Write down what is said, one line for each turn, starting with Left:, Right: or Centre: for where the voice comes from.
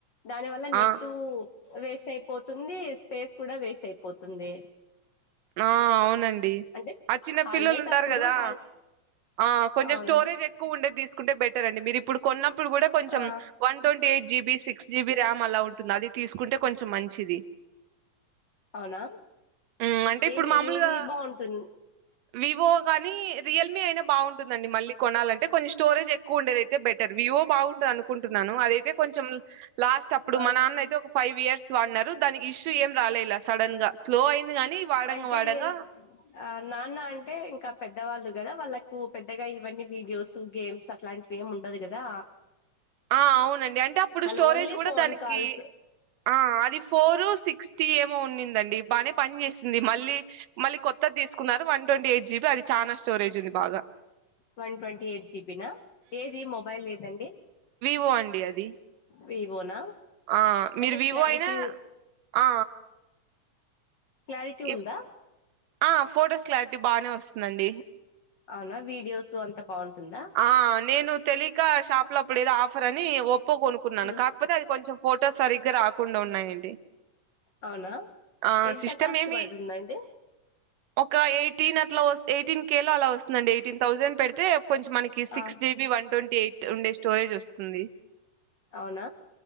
Left: దాని వల్ల నెట్
Right: ఆ
Left: వేస్ట్ అయిపోతుంది స్పేస్ కూడా వేస్ట్ అయిపోతుంది
Right: ఆ అవునండి
Left: అంటే
Right: ఆ చిన్న
Left: హాలిడేస్
Right: పిల్లలు ఉంటారు
Left: అప్పుడు
Right: కదా
Left: హాల్
Right: ఆ కొంచెం
Left: అవును
Right: స్టోరేజ్ ఎక్కువ ఉండేది తీసుకుంటే బెటర్ అండి మీరు ఇప్పుడు కొన్నప్పుడు కూడా కొంచెం
Left: ఆ
Right: one twenty eight GB six GB RAM అలా ఉంటుంది అది తీసుకుంటే కొంచెం మంచిది
Left: అవునా
Right: హ్మ్. అంటే ఇప్పుడు
Left: ఏది
Right: మామూలుగా
Left: ఏది బాగుంటుంది
Right: వివో కాని రియల్మీ అయినా బాగుంటుంది అండి మళ్ళ కొనాలంటే కొంచెం స్టోరేజ్ ఎక్కువ ఉండేదయితే బెటర్ వివో బాగుంటది అనుకుంటున్నాను అదైతే కొంచెం లాస్ట్ అప్పుడు
Left: ఆ
Right: మా నాన్న అయితే ఒక ఫైవ్ ఇయర్స్ వాడినారు దానికి ఇష్యూ ఏం రాలేలా సడన్ గా స్లో అయింది గానీ వాడంగా
Left: అంటే
Right: వాడంగా
Left: ఆ నాన్న అంటే ఇంకా పెద్దవాళ్ళు కదా వాళ్ళలకు పెద్దగా ఇవన్నీ వీడియోస్ గేమ్స్ అట్లాంటి ఏం ఉండదు కదా
Right: ఆ అవునండి అంటే అప్పుడు
Left: వాళ్ళు
Right: స్టోరేజ్
Left: ఓన్లీ
Right: కూడా
Left: ఫోన్
Right: దానికి
Left: కాల్స్
Right: ఆ అది ఫోరు సిక్స్ ఏమో ఉనిందండి బానే పని చేసింది మళ్ళీ మళ్ళీ కొత్తది తీసుకున్నారు వన్ ట్వంటీ ఎయిట్ జీబి అది చాలా స్టోరేజ్ ఉంది బాగా
Left: వన్ ట్వంటీ ఎయిట్ జిబి నా ఏది మొబైల్ మొబైల్ ఏదండి
Right: ఒప్పో అండీ అది
Left: వివోనా
Right: ఆ మీరు
Left: అంటే
Right: వివో
Left: క్లారిటీ
Right: అయినా ఆ
Left: క్లారిటీ ఉందా
Right: ఎప్ ఆ ఫొటోస్ క్లారిటీ బాగానే వస్తుందండి
Left: అవునా వీడియోస్ అంతా బాగుంటుందా
Right: ఆ నేను తెలిక షాప్ లో అప్పుడు ఏదో ఆఫర్ అని ఒప్పో కొనుకున్నాను
Left: ఉమ్,
Right: కాకపోతే అది కొంచెం ఫోటోస్ సరిగ్గా రాకుండా ఉన్నాయండి
Left: అవునా
Right: ఆ
Left: ఎంత
Right: సిస్టమ్
Left: కాస్ట్
Right: ఏమి
Left: పడుతుందండి
Right: ఒక ఎయిటీన్ అట్లా ఎయిటీన్ కే లో అలా వస్తుందండి ఎయిటీన్ థౌసండ్ పెడితే కొంచెం మనకి కి six
Left: ఆ
Right: GB one twenty eight ఉండే స్టోరేజ్ వస్తుంది
Left: అవునా